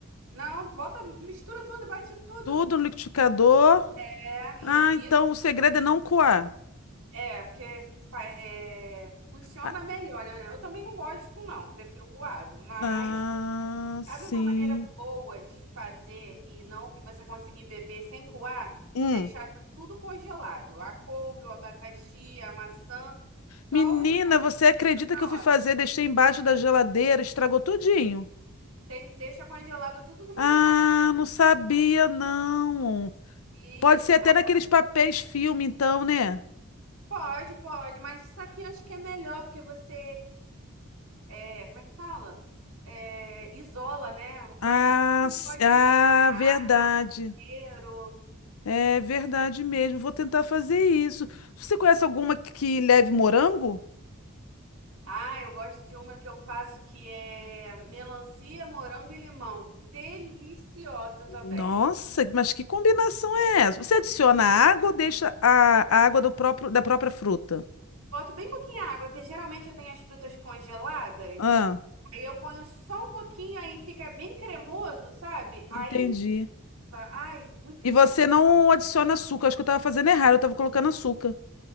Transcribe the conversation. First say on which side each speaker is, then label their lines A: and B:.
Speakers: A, on the right; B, on the left.
A: Não, bota, mistura tudo, bate tudo.
B: tudo no liquidificador.
A: É,
B: Ah,
A: e,
B: então o segredo é não coar.
A: É, porque fa- é, funciona
B: Ah,
A: melhor, né? Eu também não gosto, não, prefiro coado, mas
B: ah, sim.
A: sabe uma maneira boa de fazer e não e você conseguir beber sem coar?
B: Hum.
A: Deixar tudo congelado. A couve, o abacaxi, a maçã, só
B: Menina,
A: o limão
B: você acredita
A: na
B: que eu fui
A: hora.
B: fazer, deixei embaixo da geladeira, estragou tudinho?
A: Tem que deixar congelado tudo no
B: Ah,
A: mesmo saquinho.
B: não sabia, não.
A: Isso.
B: Pode ser até
A: Ah,
B: naqueles papéis filme, então, né?
A: pode, pode, mas o saquinho acho que é melhor, porque você é, como é que fala? É, isola, né? O plástico
B: Ah,
A: filme
B: s-
A: pode
B: ah,
A: entrar
B: verdade.
A: inteiro.
B: É verdade mesmo. Vou tentar fazer isso. Você conhece alguma que que leve morango?
A: Ah, eu gosto de uma que eu faço que é melancia, morango e limão. Deliciosa também.
B: Nossa, mas que combinação é essa? Você adiciona água ou deixa a, a água do próprio, da própria fruta?
A: Boto bem pouquinho água, que geralmente eu tenho as frutas congeladas.
B: Ah,
A: Aí eu ponho só um pouquinho, aí fica bem cremoso, sabe? Aí,
B: entendi.
A: tá, ai, muito
B: E
A: bom.
B: você não adiciona açúcar. Acho que eu estava fazendo errado, eu estava colocando açúcar.